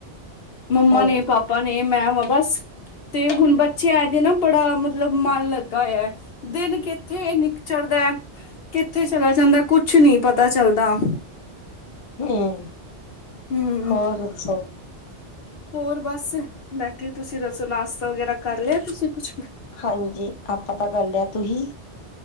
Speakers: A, on the left; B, on the left.
A: ਮੰਮਾ
B: ਉਹ
A: ਨੇ ਪਾਪਾ ਨੇ ਮੈਂ ਵਾ ਬਸ ਤੇ ਹੁਣ ਬੱਚੇ ਆਏ ਦੇ ਨਾ ਬੜਾ ਮਤਲਬ ਮਣ ਲੱਗਾ ਹੋਇਆਂ ਦਿਨ ਕਿੱਥੇ ਨ ਚੜਦਾ ਕਿੱਥੇ ਚਲਾ ਜਾਂਦਾ ਕੁਛ ਨੀ ਪਤਾ ਚੱਲਦਾ
B: ਹਮ
A: ਹਮ
B: ਹੋਰ ਦੱਸੋ
A: ਹੋਰ ਬਸ ਬੈਠੇ ਤੁਸੀਂ ਦੱਸੋ ਨਾਸ਼ਤਾ ਵਗੈਰਾ ਕਰ ਲਿਆ ਤੁਸੀਂ ਕੁਛ
B: ਹਾਂਜੀ ਆਪਾਂ ਤਾਂ ਕਰ ਲਿਆ ਤੁਹੀ